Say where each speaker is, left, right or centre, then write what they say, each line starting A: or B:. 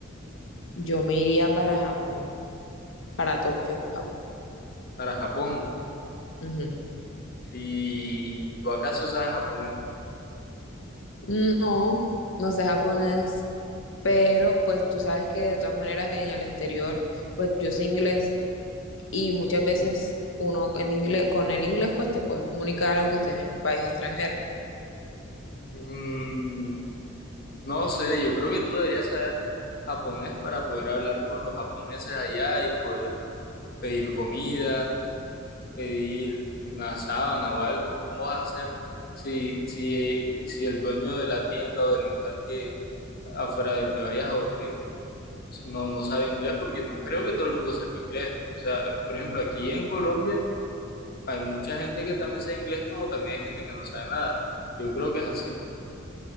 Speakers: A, on the left; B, on the left.
A: Yo me iría para Japón, para Tokio, Japón.
B: para Japón?
A: Ujú.
B: ¿Y tú acaso sabes japonés?
A: No, no sé japonés, pero pues tú sabes que de todas maneras en el exterior, pues yo sé inglés y muchas veces uno en inglés, con el inglés pues te puedes comunicar aunque estés en un país extranjero.
B: Mm, no sé, yo creo que tú deberías saber japonés para poder hablar con los japoneses allá y poder pedir comida, pedir una sábana o algo. ¿Cómo vas a hacer si, si, si el dueño de la tienda o del local que afuera del que vayas a dormir no, no sabe inglés porque no creo que todo el mundo sepa inglés. O sea, por ejemplo, aquí en Colombia hay mucha gente que también sabe inglés como también hay gente que no sabe nada. Yo creo que es así.